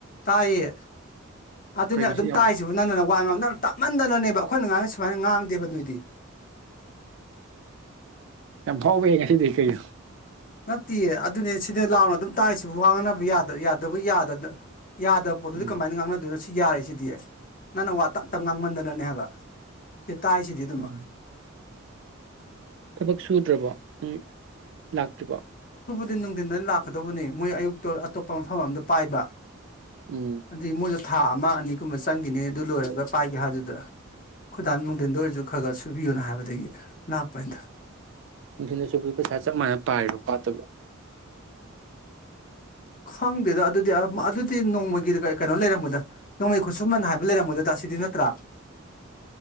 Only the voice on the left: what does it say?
ꯇꯥꯏꯌꯦ ꯑꯗꯨꯅꯦ
ꯑꯗꯨꯝ
ꯇꯥꯏꯁꯤꯕꯨ ꯅꯪꯅꯅ ꯋꯥ ꯉꯥꯡ ꯅꯪ ꯇꯞꯃꯟꯗꯅꯅꯦ ꯑꯩꯈꯣꯏꯅ ꯉꯥꯡ ꯁꯨꯃꯥꯏꯅ ꯉꯥꯡꯗꯦꯕ ꯅꯣꯏꯗꯤ
ꯅꯠꯇꯦ ꯑꯗꯨꯅꯦ ꯁꯤꯗ ꯂꯥꯎꯅ ꯑꯗꯨꯝ ꯇꯥꯛꯁꯤꯕꯨ ꯋꯥꯅꯅꯕ ꯌꯥꯗꯕ ꯌꯥꯗ ꯌꯥꯗꯕ ꯄꯣꯠꯇꯨꯗꯤ
ꯀꯃꯥꯏꯅ ꯉꯥꯡꯅꯗꯣꯏꯅꯣ ꯁꯤ ꯁꯤ ꯌꯥꯔꯦꯁꯤꯗꯤ ꯅꯪꯅ ꯋꯥ ꯇꯞ ꯇꯞ ꯉꯥꯡꯃꯟꯗꯅꯅꯦ ꯍꯥꯏꯕ ꯇꯥꯏꯁꯤꯗꯤ ꯑꯗꯨꯃ
ꯑꯗꯨ ꯅꯨꯡꯊꯤꯟꯗ ꯂꯥꯛꯀꯗꯧꯕꯅꯤ ꯃꯣꯏ ꯑꯌꯨꯛꯇ ꯑꯇꯣꯞꯄ ꯃꯐꯝ ꯑꯗ ꯄꯥꯏꯕ
ꯗꯤ ꯃꯣꯖ ꯊꯥ ꯑꯃ ꯑꯅꯤꯒꯨꯝꯕ ꯆꯪꯈꯤꯅꯦ ꯑꯗꯨ ꯂꯣꯏꯔꯒ ꯄꯥꯏꯒꯦ ꯍꯥꯏꯗꯨꯗ ꯈꯨꯣꯏꯗꯥꯟ ꯅꯨꯡꯊꯤꯟꯗ ꯑꯣꯏꯔꯁꯨ ꯈꯔ ꯈꯔ ꯁꯨꯕꯤꯌꯨꯅ ꯍꯥꯏꯕꯗꯒꯤ ꯂꯥꯛꯄꯅꯤꯗ
ꯈꯪꯗꯦꯗ ꯑꯗꯨꯗꯤ ꯑꯗꯨꯗꯤ ꯅꯣꯡꯃꯒꯤ ꯀꯩꯅꯣ ꯂꯩꯔꯝꯕꯗ ꯅꯣꯡꯃꯩ ꯈꯨꯠꯁꯨꯃꯟ ꯍꯥꯏꯕ ꯂꯩꯔꯝꯕꯗ ꯇ ꯁꯤꯗꯤ ꯅꯠꯇ꯭ꯔꯥ